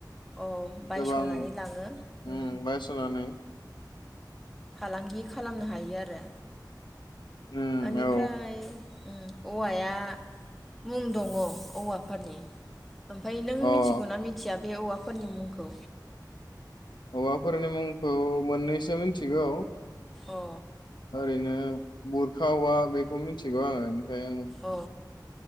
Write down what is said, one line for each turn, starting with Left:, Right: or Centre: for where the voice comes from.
Centre: औ बायस'नानै
Left: गोबां ओम
Centre: लाङो उम
Left: बायसनानै
Centre: फालांगि खालामनो हायो आरो
Left: उम
Centre: ओनिफ्राय
Left: औ
Centre: ओ औवाया मुं दङ औवाफोरनि ओमफाय नों
Left: औ अ
Centre: मिथिगौ ना मिथिया? बे औवाफोरनि मुंखौ
Left: हौवाफोरनि मुंखौ मोननैसो मिथिगौ
Centre: अ
Left: ओरैनो बुरखा औवा बेखौ मिथिगौ आङो। बें
Centre: अ